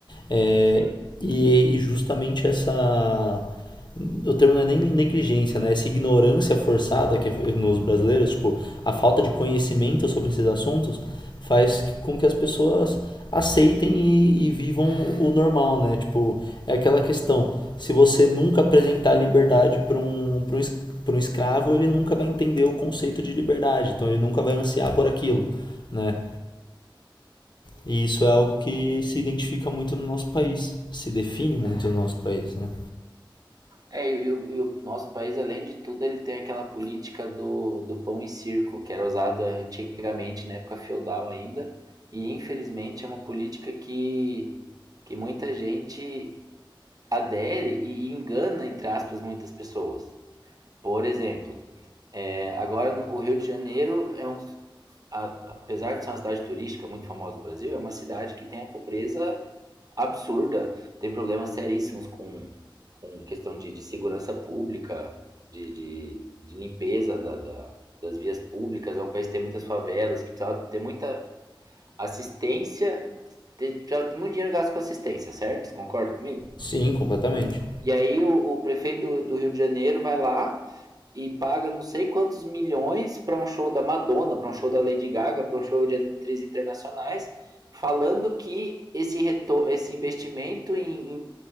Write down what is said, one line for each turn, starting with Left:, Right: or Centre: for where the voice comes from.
Left: É,
Right: Sim.
Left: e, e justamente essa. O termo não é nem negligência, né? Essa ignorância forçada que é nos brasileiros, tipo, a falta de conhecimento sobre esses assuntos faz com que as pessoas aceitem e, e vivam o normal, né? Tipo, é aquela questão, se você nunca apresentar liberdade para um, para um, es- pra um escravo, ele nunca vai entender o conceito de liberdade, então ele nunca vai ansiar por aquilo, né? E isso é algo que se identifica muito no nosso país, se define muito no nosso país, né?
Right: É, e, e, o, e o nosso país, além de tudo, ele tem aquela política do, do pão e circo, que era usada antigamente, na época feudal ainda, e infelizmente é uma política que, que muita gente adere e engana, entre aspas, muitas pessoas. Por exemplo, é, agora o Rio de Janeiro é um, apesar de ser uma cidade turística muito famosa no Brasil, é uma cidade que tem a pobreza absurda, tem problemas seríssimos com, com questão de, de segurança pública, de, de, de limpeza da, da, das vias públicas, é um país que tem muitas favelas, que precisava ter muita assistência, ter, precisava ter muito dinheiro gasto com assistência, certo? Você concorda comigo?
Left: Sim, completamente.
Right: E aí o, o prefeito do, do Rio de Janeiro vai lá e paga não sei quantos milhões para um show da Madonna, para um show da Lady Gaga, para um show de atrizes internacionais, falando que esse, retor esse investimento em, em,